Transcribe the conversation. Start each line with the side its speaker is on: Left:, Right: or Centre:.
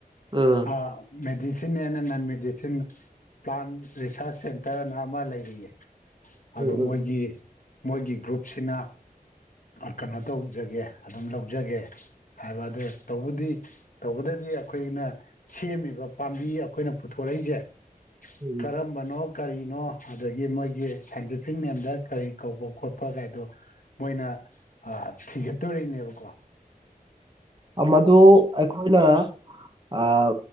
Right: ꯎꯝ
Left: ꯑꯥ medicine and non medicine plant research ꯁꯦꯟꯇꯔꯅ ꯑꯃꯥ ꯂꯩꯔꯤꯌꯦ꯫ ꯑꯗꯣ
Right: ꯎꯝ ꯎꯝ
Left: ꯃꯣꯏꯒꯤ ꯃꯣꯏꯒꯤ ꯒ꯭ꯔꯨꯞꯁꯤꯅ ꯀꯩꯅꯣ ꯇꯧꯖꯒꯦ ꯑꯗꯨꯝ ꯂꯧꯖꯒꯦ ꯍꯥꯏꯕ ꯑꯗꯨ ꯇꯧꯕꯨꯗꯤ ꯇꯧꯕꯗꯗꯤ ꯑꯩꯈꯣꯏꯅ ꯁꯦꯝꯃꯤꯕ ꯄꯥꯝꯕꯤ ꯑꯩꯈꯣꯏꯅ ꯄꯨꯊꯣꯔꯛꯏꯖꯦ
Right: ꯎꯝ
Left: ꯀꯔꯝꯕꯅꯣ ꯀꯔꯤꯅꯣ ꯑꯗꯒꯤ ꯃꯣꯏꯒꯤ ꯁꯥꯏꯟꯇꯤꯐꯤꯛ ꯅꯦꯝꯗ ꯀꯔꯤ ꯀꯧꯕ ꯈꯣꯠꯄ ꯀꯥꯏꯗꯣ ꯃꯣꯏꯅ ꯑꯥ ꯊꯤꯒꯠꯇꯣꯔꯤꯅꯦꯕꯀꯣ꯫
Right: ꯃꯗꯨ ꯑꯩꯈꯣꯏꯅ ꯑꯥ